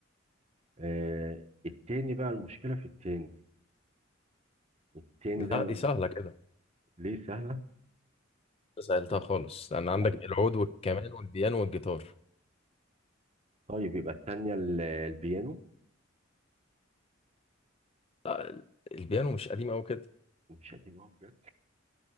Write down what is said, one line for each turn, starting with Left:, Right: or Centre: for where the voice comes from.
Right: آه التاني بقى المشكلة في التاني التاني
Left: لا
Right: ده م-
Left: دي سهلة كده
Right: ليه سهلة
Left: سألتها
Right: لا
Left: خالص لأن عندك
Right: لا مش
Left: العود والكمان والبيانو والجيتار
Right: طيب يبقى التانية ال- البيانو
Left: لا ال- البيانو مش قديم أوي كده
Right: ومش قديم اهو بجد